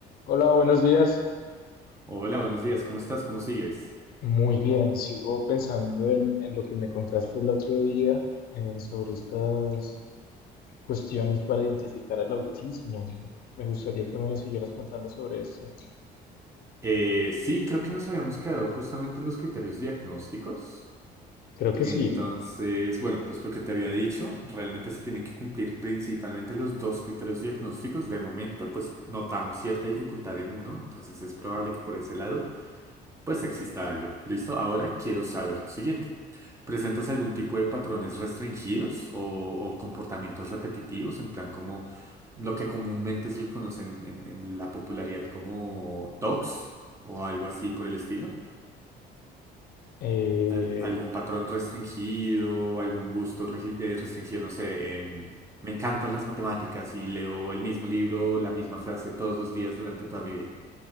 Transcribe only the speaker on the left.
Hola, buenos días.
Muy bien, sigo pensando en, en lo que me contaste el otro día eh, sobre estas cuestiones para identificar el autismo. Me gustaría que me siguieras contando sobre eso.
Creo que
sí.
Eh,